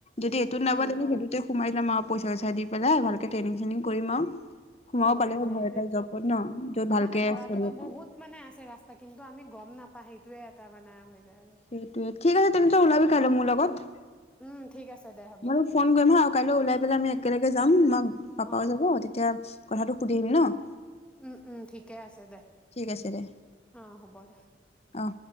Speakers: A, on the left; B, in the centre.
A: যদি এইটোত
B: উম
A: নাপাও তেন্তে সেইটোতে সোমাই যাম আৰু পইচা চইচা দি পেলাই, ভালকে ট্ৰেনিং চেনিং কৰিম আৰু। সোমাব
B: অ
A: পালে হ'ল
B: সেইটোয়ে
A: ভাল এটা জবত ন', যত ভালকে
B: মানে কৰাটোতো
A: চলিব পাওঁ।
B: বহুত মানে আছে ৰাস্তা, কিন্তু আমি গম নাপা সেইটোয়ে এটা মানে হৈ যায় আৰু।
A: সেইটোৱে, ঠিক আছে তেন্তে ওলাবি কাইলৈ মোৰ লগত।
B: উম', ঠিক আছে দে। হ'ব
A: মই ফোন কৰিম হা, কাইলৈ ওলাই পেলাই আমি একেলগে যাম, আমাৰ পাপাও
B: অ
A: যাব তেতিয়া কথাটো সুধি আহিম ন'?
B: উম, উম, ঠিকে আছে দে,
A: ঠিক আছে দে
B: অ', হ'ব দে।
A: অ'।